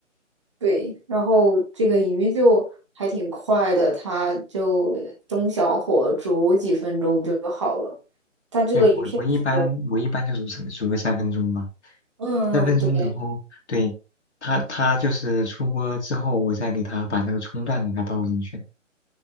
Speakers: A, on the right; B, on the left.
A: 对，然后这个鱼就还挺快的，它就中小火煮几分钟就好了。它这个鱼片是，
B: 对，我我一般我一般就煮成煮个三分钟吧，
A: 嗯，
B: 三分钟，
A: 对，
B: 然后对它它就是出锅之后，我再给它把那个葱段给它倒进去。